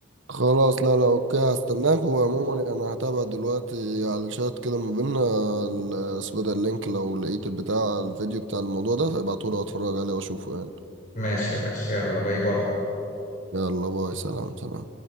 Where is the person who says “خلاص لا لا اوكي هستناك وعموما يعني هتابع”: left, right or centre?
Right